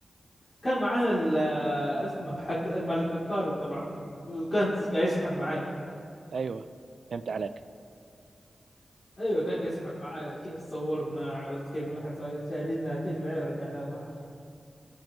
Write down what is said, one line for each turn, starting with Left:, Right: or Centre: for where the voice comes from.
Left: كان معانا ال... اسمه حق الملك القارب طبعا وكان قاعد يسحب معي
Right: أيوة فهمت عليك
Left: ايوه كان يسحب معاه كيف صورنا عرفت كيف نحن صاير- شايلينها كذا بعدين رجعنا على البحر